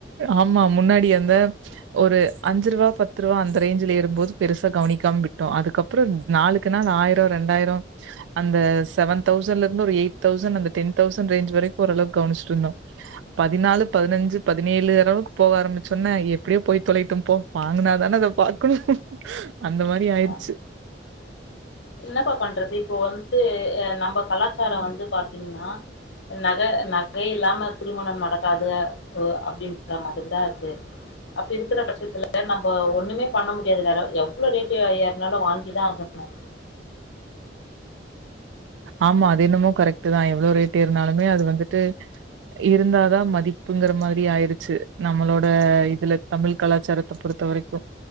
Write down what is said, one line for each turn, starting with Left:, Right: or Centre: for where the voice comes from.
Right: ஆமா முன்னாடி அந்த ஒரு அஞ்சுரூவா பத்துரூவா அந்த ரேஞ்சுல ஏறும் போது பெருசா கவனிக்காம விட்டோம் அதுக்கப் றம் நாளுக்கு நாள் ஆயிரம் ரெண்டாயிரம் அந்த செவன் தௌசண்ட்ல இருந்து ஒரு எயிட் தௌசண்ட் அந்த டென் தௌசண்ட் ரேஞ்ச் வரைக்கும் ஓரளவுக்கு கவனிச்சிட்டு இருந்தோம் பதினாலு பதினஞ்சு பதினேழு அளவுக்கு போக ஆரம்பிச்சோன எப்டியோ போய் தொலையட்டும் போ வாங்குனா தான அத பாக்கணும் அந்த மாரி ஆயிருச்சு
Left: அஹ் என்னப்பா பண்றது இப்போ வந்து நம்ப கலாச்சாரம் வந்து பாத்தீங்கனா நக நகை இல்லாம திருமணம் நடக்காது ஓ அப்டின்டாங்க அதுக்கு தா இருக்கு அப்டி இருக்குற பட்சத்துல நம்ப ஒண்ணுமே பண்ண முடியாது வேறம் எவ்ளோ ரேட்டு ஏருனாலும் வாங்கி தா ஆகனும்
Right: ஆமா அது இன்னமும் கரெக்ட் தான் எவ்ளோ ரேட்டு் ஏருனாலுமே அது வந்துட்டு இருந்தாதா மதிப்புங்குற மாரி ஆயிருச்சு நம்மளோட இதுல தமிழ் கலாச்சாரத்த பொறுத்த வரைக்கும்